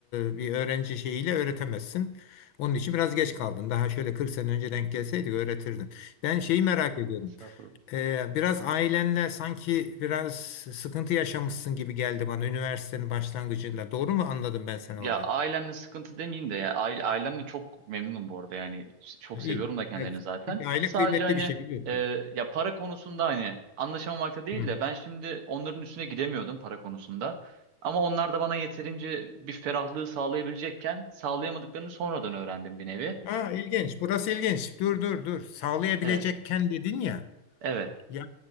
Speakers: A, on the left; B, on the right.
A: e, bir öğrenci şeyiyle öğretemezsin. Onun için biraz geç kaldın. Daha şöyle 40 sene önce denk gelseydi öğretirdin. Ben şeyi merak ediyorum.
B: estağfurullah.
A: E, biraz ailenle sanki biraz sıkıntı yaşamışsın gibi geldi bana üniversitenin başlangıcında. Doğru mu anladım ben seni
B: Ya
A: orada?
B: ailemle sıkıntı demeyeyim de ya aile, ailemle çok memnunum bu arada yani çok
A: Ha,
B: seviyorum
A: iyi.
B: da kendilerini
A: Ne güzel.
B: zaten.
A: Çünkü aile
B: Sadece
A: kıymetli
B: hani
A: bir şey biliyorsun.
B: e, ya para konusunda hani anlaşamamakta değil
A: Hı.
B: de ben şimdi onların üstüne gidemiyordum para konusunda. Ama onlar da bana yeterince bir ferahlığı sağlayabilecekken sağlayamadıklarını sonradan öğrendim bir nevi.
A: Ha ilginç. Burası ilginç. Dur dur dur. Sağlayabilecekken
B: Evet,
A: dedin ya.
B: evet.
A: Ya